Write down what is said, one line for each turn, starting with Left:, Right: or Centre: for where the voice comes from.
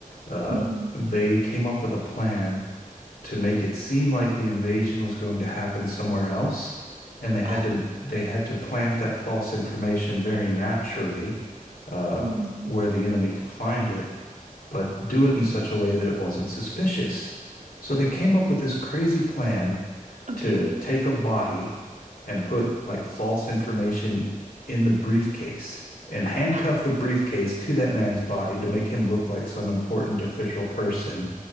Left: uh,
Right: hmm
Left: they came up with a plan to make it seem like the invasion was going to happen somewhere else, and they had
Right: Oh.
Left: to they had to plant that false information very naturally, uh,
Right: Hmm.
Left: where the enemy could find it, but do it in such a way that it wasn't suspicious. So they came up with this crazy plan
Right: Okay.
Left: to take a body and put like false information in the briefcase and handcuff
Right: <gasps>
Left: the briefcase to that man's body to make him look like some important official person,